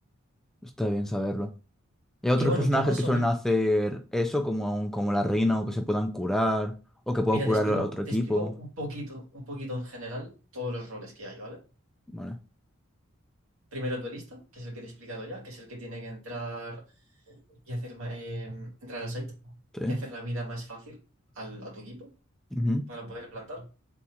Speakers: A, in the centre; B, on the right (about 75°).
A: Está bien saberlo. Y hay otros
B: Y bueno,
A: personajes
B: tú más
A: que suelen
B: o menos,
A: hacer eso, como, un- como la reina, o que se puedan curar, o que pueda
B: mira,
A: curar
B: te explico,
A: a otro equipo.
B: te explico un poquito, un poquito en general todos los roles que hay, ¿vale?
A: Vale.
B: Primero el duelista, que es el que te he explicado ya, que es el que tiene que entrar y hacer ma- eh, entrar al site
A: Sí.
B: y hacer la vida más fácil al- a tu equipo
A: Ujú.
B: para poder plantar.